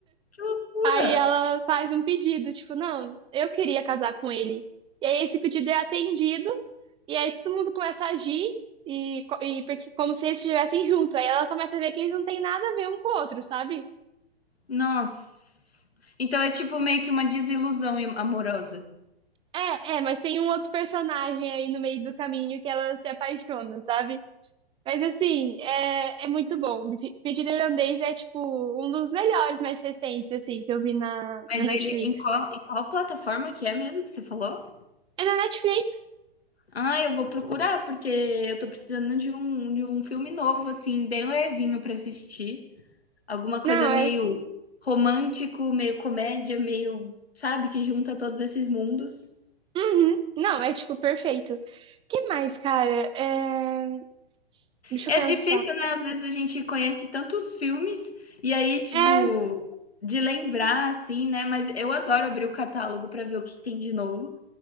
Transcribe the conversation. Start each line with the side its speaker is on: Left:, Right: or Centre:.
Left: Que loucura!
Right: Aí ela faz um pedido, tipo, não, eu queria casar com ele. E aí esse pedido é atendido, e aí todo mundo começa a agir, e, co- e porque, como se eles estivessem junto. Aí ela começa a ver que eles não têm nada a ver um com o outro, sabe?
Left: Nossa. Então é tipo meio que uma desilusão im- amorosa.
Right: É, é, mas tem um outro personagem aí no meio do caminho que ela se apaixona, sabe? Mas assim, é, é muito bom. Pe- Pedido Irlandês é, tipo, um dos melhores mais recentes, assim, que eu vi na,
Left: Mas
Right: na Netflix.
Left: ele, em qual, em qual plataforma que é mesmo que você falou?
Right: É na Netflix?
Left: Ah, eu vou procurar, porque eu tô precisando de um, de um filme novo, assim, bem levinho pra assistir. Alguma coisa
Right: Não,
Left: meio
Right: é
Left: romântico, meio comédia, meio, sabe, que junta todos esses mundos.
Right: Uhum. Não, é tipo perfeito. Que mais, cara? É, Deixa
Left: É
Right: eu pensar.
Left: difícil, né? Às vezes a gente conhece tantos filmes e aí, tipo,
Right: É.
Left: de lembrar, assim, né? Mas eu adoro abrir o catálogo pra ver o que tem de novo.